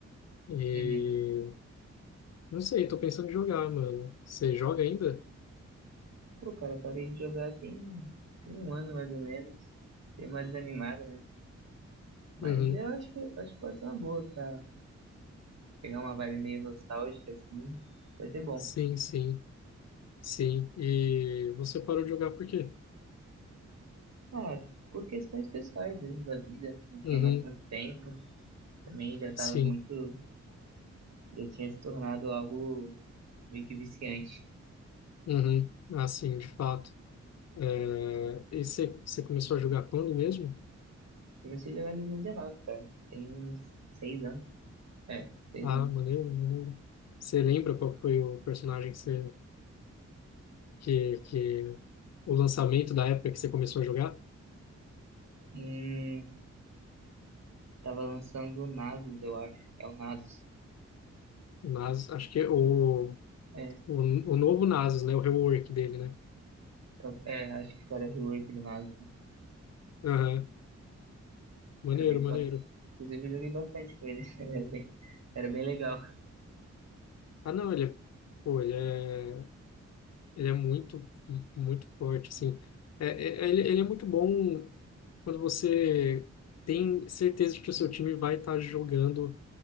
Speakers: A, on the left; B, on the right.
A: E
B: Uhum.
A: não sei, tô pensando em jogar, mano. Você joga ainda?
B: Pô, cara, parei de jogar tem, tem um ano mais ou menos. Dei uma desanimada, né? Mas
A: Uhum.
B: eu acho que, acho que pode ser uma boa pra pegar uma vibe meio nostálgica, assim. Vai ser bom.
A: Sim, sim, sim. E você parou de jogar por quê?
B: Ah, por questões pessoais mesmo da vida. Não tinha
A: Uhum.
B: mais tanto tempo. Também já tava
A: Sim.
B: muito. Já tinha se tornado algo meio que viciante.
A: Uhum. Ah, sim, de fato. É,
B: Uhum.
A: E você você começou a jogar quando mesmo?
B: Comecei a jogar em 2019, cara. Tem uns seis anos. É, seis
A: Ah,
B: anos.
A: maneiro, maneiro. Você lembra qual foi o personagem que você, que, que o lançamento da época que você começou a jogar?
B: Hum, tava lançando o Nasus, eu acho. É o Nasus.
A: Nas, acho que é o,
B: É,
A: o, o novo Nasus, né? O rework dele, né?
B: top. É, acho que era rework do Nasus.
A: Aham. Maneiro,
B: Era bem
A: maneiro.
B: top. Inclusive, eu joguei bastante com ele. <laughs> Era bem, era bem legal.
A: Ah, não, ele é, pô, ele é, ele é muito, muito forte, assim. É, é- é, ele, ele é muito bom quando você tem certeza de que o seu time vai estar jogando,